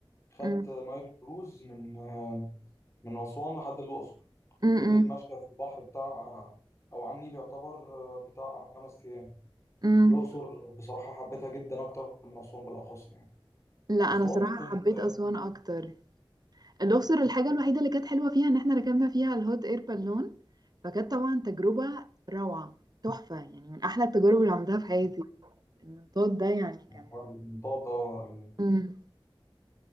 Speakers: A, on the left; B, on the right.
A: خدت
B: مم.
A: نايل كروز من آه، من اسوان لحد الاقصر كانت
B: مم.
A: فضلت
B: مم.
A: ماشيه في البحر بتاع او على النيل يعتبر آه، بتاع خمس ايام
B: مم.
A: الاقصر بصراحه حبيتها جدا اكتر من اسوان بالاخص يعني
B: لا انا
A: اسوان
B: صراحة
A: كنت
B: حبيت
A: اه
B: أسوان اكتر الأقصر الحاجة الوحيدة اللي كانت حلوة فيها إن إحنا ركبنا فيها الهوت إير بالون فكانت طبعا تجربة روعة تحفة يعني من أحلى التجارب اللي عملتها في حياتي المنطاد ده يعني
A: آه،
B: كان
A: المنطقه
B: مم.